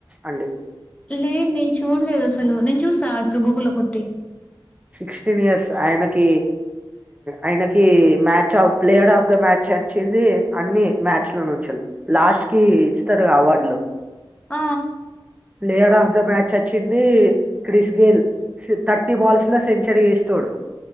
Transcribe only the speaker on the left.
లేదు నేను చూడలేదు అసలు నేను చూస్తా ఇప్పుడు గూగుల్ లో కొట్టి
ఆ